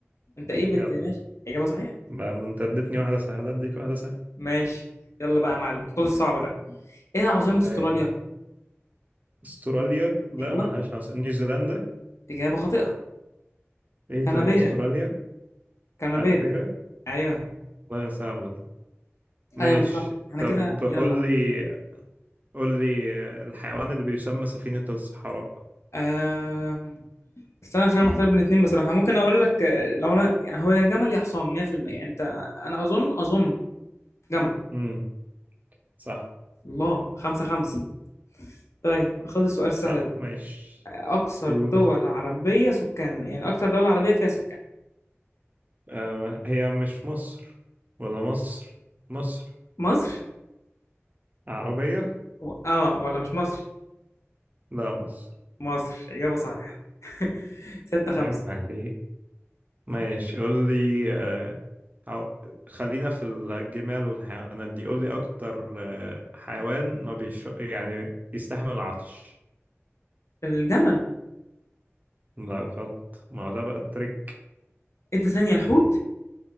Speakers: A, on the left (about 75°); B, on the right (about 35°).
A: انت ايه بت
B: جدع
A: ماشي إجابة صحيحة
B: بقى ما انت اديتني واحدة سهلة اديك واحدة سهلة
A: ماشي يلا بقى يا معلم خد الصعب ده ايه عاصمة استراليا
B: آه. استراليا لا
A: ايوه
B: ملهاش عاصمة نيوزيلندا
A: اجابة خاطئة
B: ايه
A: كانبيرا
B: طيب استراليا
A: كانبيرا
B: انابيرا
A: ايوه
B: لا صعبة دي ماشي
A: ايوه بالظبط احنا
B: طب
A: كده يلا
B: قول لي قول لي آه، الحيوان اللي بيسمى سفينة الصحراء
A: أم... استنى عشان انا محتار بين الاثنين بصراحة ممكن اقول لك آه، لو انا يعني هو يا جمل يا حصان 100% انت انا اظن اظن جمل
B: امم صح
A: الله خمسة خمسة طيب خد السؤال السهل
B: صح
A: ده
B: ماشي
A: اكثر
B: قول
A: دول عربية سكانا يعني اكثر دولة عربية فيها سكان
B: آه هي مش مصر ولا مصر مصر
A: مصر
B: عربية
A: و... اه ولا مش مصر
B: لا مصر
A: مصر اجابة صحيحة <laughs> ستة خمسة
B: عيب عليه ماشي قول لي آه هو- خلينا في الجمال والحيوانات دي قول لي اكتر آه، حيوان ما بيش يعني يستحمل العطش
A: الجمل
B: لا غلط ما هو ده بقى التريك
A: انت ثانية الحوت